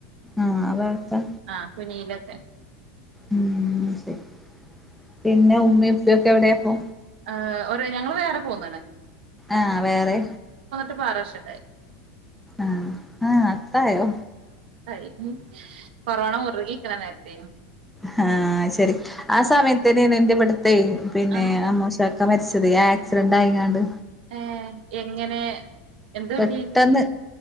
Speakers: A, in the centre; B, on the right (about 85°).
A: ആഹ് ആ ഭാഗത്താ?
B: ആഹ് കുനിയിലൊക്കെ
A: ഉം ശരി പിന്നെ ഉമ്മേം ഉപ്പയൊക്കെ എവിടെയപ്പോ?
B: ആഹ് ഓറ് ഞങ്ങള് വേറെ പോന്നണ്.
A: ആഹ് വേറേ
B: ഇപ്പാറ് വർഷക്കായി.
A: ആഹ് ആഹ് അത്രായോ?
B: യി. കൊറോണ മുറുകി നിക്കണ നേരത്ത്. <unintelligible>
A: ഹാ ശരി ആ സമയത്ത് ലിനഡിവിടെ തെയ പിന്നെ
B: ആഹ്
A: ആ മോശ ഒക്കെ മരിച്ചത് ആക്സിഡന്റ് ആയി ങ്ങാണ്ട്
B: ഏഹ് എങ്ങനെ എന്ത് വണ്ടീന്
A: പെട്ടെന്ന്